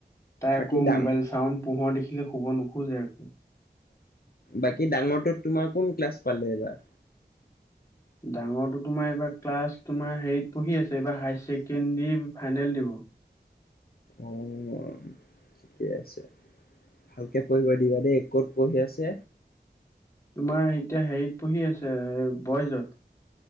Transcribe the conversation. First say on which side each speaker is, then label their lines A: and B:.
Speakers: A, on the left; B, on the left.
A: তাই আকৌ
B: বাকী ডাঙ
A: ম'বাইল চাওঁন - পোহৰ দেখিলে শুব নোখোজে আকৌ।
B: বাকী ডাঙৰটোত তোমাৰ কোন ক্লাছ পালে এইবাৰ?
A: ডাঙৰটো তোমাৰ এইবাৰ ক্লাছ তোমাৰ হেৰিত পঢ়ি আছে এইবাৰ হাই ছেকেণ্ডাৰী ফাইনেল দিব।
B: অ' ঠিকে আছে। ভালকৈ পঢ়িব দিবা দেই। ক'ত পঢ়ি আছে?
A: তোমাৰ এতিয়া হেৰিত পঢ়ি আছে বইজত।